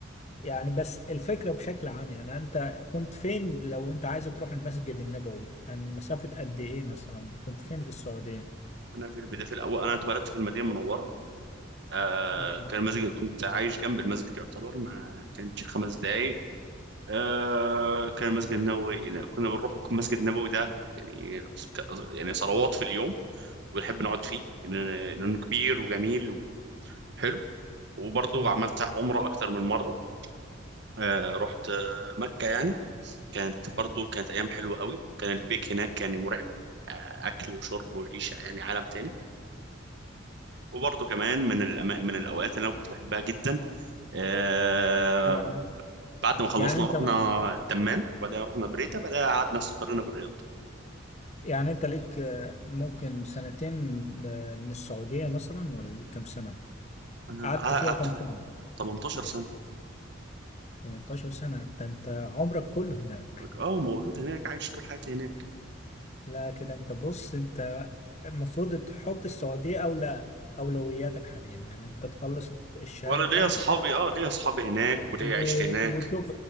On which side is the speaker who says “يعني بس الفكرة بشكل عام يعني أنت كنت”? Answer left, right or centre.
Left